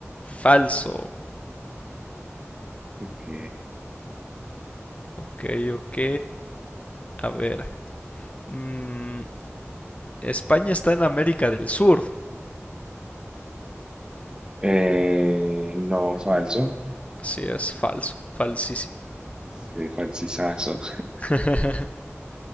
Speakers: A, on the left; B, on the right.
A: Falso.
B: Ok.
A: Ok, ok. A ver. mm, España está en América del Sur.
B: Eh, no, falso.
A: Así es, falso. Falsísimo.
B: Sí, falsizazo.
A: <laughs>